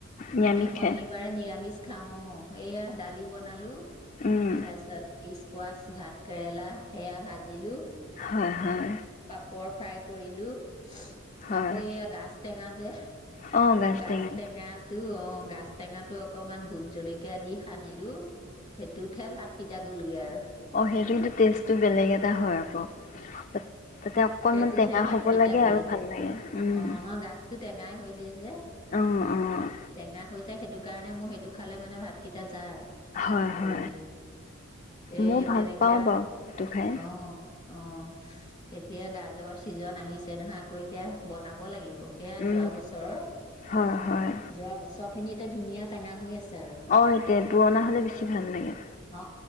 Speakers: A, on the left; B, on the left.
A: নিৰামিষ
B: আমি শনিবাৰে
A: খাই
B: নিৰামিষ খাওঁ অ' এইয়া দালি বনালোঁ।
A: উম
B: তাৰ পাছত ইছকুৱাছ ভাত কেৰেলা সেয়া ভাজিলোঁ।
A: হয় হয়
B: পাপৰ ফ্ৰাই কৰিলোঁ।
A: হয়।
B: আকৌ এইয়া গাছ টেঙা যে
A: অ', গাজ
B: গাছ
A: টেঙা
B: টেঙাটো, অ'। গাছ টেঙাটো অকণমান ভোট জলকীয়া দি সানিলোঁ। সেইটোহে ভাত কেইটা গ'লগে আৰু।
A: অ', সেইটো কিন্তু টেষ্টটো বেলেগ এটা হয় আকৌ তাত তাতে অকনমান
B: সেইটোতহে
A: টেঙা
B: ভাত
A: হ'ব
B: কেইটা
A: লাগে
B: গ'ল,
A: আৰু ভাল লাগে উম
B: অ' গাছটো টেঙাই হৈ যায় যে,
A: অ', অ',
B: টেঙা হৈ যায় সেইটোক কাৰণে মোৰ সেইটো খালে মানে ভাত কেইটা যায়।
A: হয়, হয়
B: এই, এই
A: ময়ো ভাল
B: তেনেকুৱাত,
A: পাওঁ বাৰু সেইটো খাই
B: অ'। অ' এতিয়া গাজৰ ছিজন আহিছে নহয়, আকৌ এতিয়া বনাব লাগিব। এইয়া
A: উম
B: যোৱা বছৰৰ,
A: হয়, হয়
B: যোৱা বছৰখিনিত ধুনীয়া টেঙা হৈ আছে। আৰু
A: অ' এতিয়া পুৰণা হ'লে বেছি ভাল লাগে।
B: অ